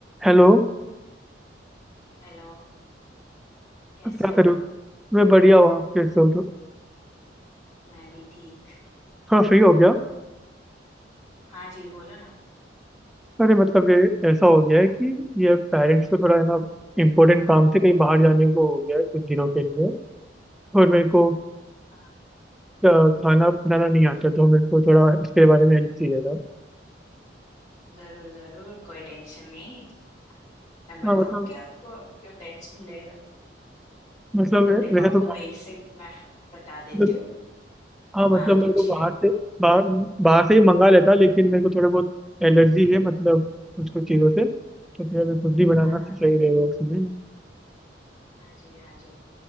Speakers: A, in the centre; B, on the left.
A: Hello
B: Hello कैसे
A: क्या
B: हो
A: करो मैं बढ़िया हूँ आप कैसे हो तो
B: मैं भी ठीक
A: थोड़ा फ्री हो गया
B: हाँ जी बोलो ना
A: अरे मतलब ये ऐसा हो गया है कि ये पेरेंट्स को थोड़ा है ना इम्पोर्टेंट काम से कहीं बाहर जाने को हो गया है कुछ दिनों के लिए और मेरे को
B: हाँ
A: अ, खाना बनाना नहीं आता तो मेरे को थोड़ा इसके बारे में हेल्प चाहिए था
B: जरूर जरूर कोई टेंशन नहीं मैं बताऊंगी
A: हाँ मतलब
B: आपको आप क्यों टेंशन ले रहे हो
A: मतलब
B: देखो
A: वैसे
B: आपको
A: तो बाहर
B: बेसिक मैं बता देती
A: मतलब
B: हूँ
A: हाँ मतलब
B: हाँ
A: मेरे
B: पूछिए
A: को बाहर से बाहर बाहर से ही मंगा लेता लेकिन मेरे को थोड़ा बहुत एलर्जी है मतलब कुछ कुछ चीज़ों से तो फिर अभी खुद ही बनाना
B: हाँ हाँ
A: सही रहेगा उसमें
B: हाँ जी हाँ जी